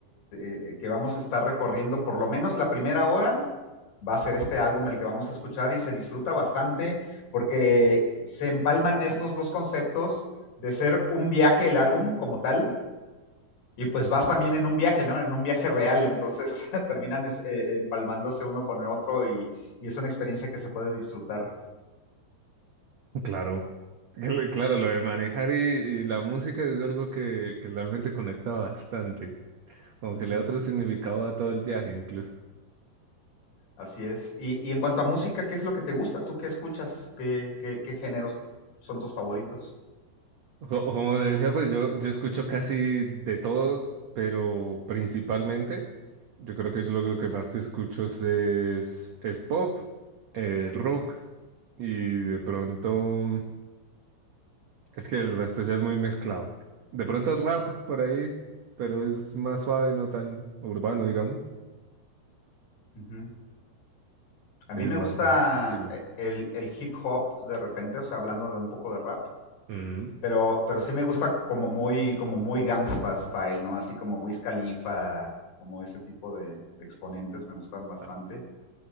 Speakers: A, on the left; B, on the right.
A: eh, que vamos a estar recorriendo, por lo menos la primera hora, va a ser este álbum el que vamos a escuchar y se disfruta bastante porque se empalman estos dos conceptos de ser un viaje el álbum como tal, y pues vas también en un viaje, ¿no? En un viaje real, entonces <laughs> terminan es, eh, empalmándose uno con el otro y, y, es una experiencia que se puede disfrutar.
B: Claro. Cl- Claro, lo de manejar y, y la música es algo que, que realmente conecta bastante, como
A: Uh
B: que le
A: -huh.
B: da otro significado a todo el viaje incluso.
A: Así es. Y, y, en cuanto a música, ¿qué es lo que te gusta? ¿Tú qué escuchas? ¿Qué, qué, qué géneros son tus favoritos?
B: Co- Como te decía, pues yo, yo escucho casi de todo, pero principalmente, yo creo que yo lo, lo que más escucho es, es, es pop, eh, rock
A: Uh
B: y de pronto... Es que el resto ya es muy mezclado. De pronto rap por ahí, pero es más suave, no tan urbano, digamos.
A: -huh. A
B: Ese
A: mí me
B: es más
A: gusta
B: o menos el estilo.
A: eh, el, el, hip hop de repente, o sea, hablando de un poco de rap.
B: Ujú.
A: Pero, pero sí me gusta como muy, como muy gangsta style, ¿no? Así como Wiz Khalifa, como ese tipo de, de exponentes me gustan bastante.
B: Ah,